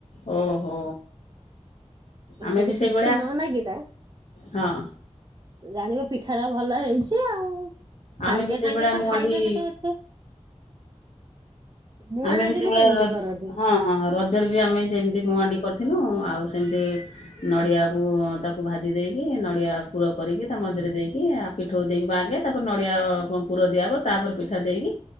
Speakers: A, on the left; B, on the right.
A: ଓହୋ। ଆମେ
B: ଯଦି
A: ବି ସେଇଭଳିଆ
B: କିଛି ନ ନାଗିଲା
A: ହଁ।
B: ଜାଣିବ ପିଠା ଟା ଭଲ ହେଉଚି ଆଉ। ସାଙ୍ଗେ
A: ଆମେ ବି ସେଇଭଳିଆ
B: ସାଙ୍ଗେ ତ
A: ମୁଆଣ୍ଡି
B: ଖାଇଲେ ସେଟା ଏତେ ମୁଆଁ
A: ଆମେ
B: ହାଣ୍ଡି
A: ବି ସେଭଳିଆ
B: ସେମିତି
A: ର
B: କରନ୍ତି।
A: ହଁ ହଁ ରଜରେ ବି ଆମେ ସେମିତି ମୁଆଣ୍ଡିି କରିଥିନୁ ଆଉ ସେମିତି ନଡିଆକୁ ତାକୁ ଭାଜି ଦେଇକି ନଡିଆ ପୁର କରିକି ତା ମଝିରେ ଦେଇକି ଆ ପି ଠଉ ଦେଇକିବା ଆଗେ ତାପରେ ନଡ଼ିଆ ଅ ପୁର ଦିଆହବ ତାପରେ ପିଠା ଦେଇକି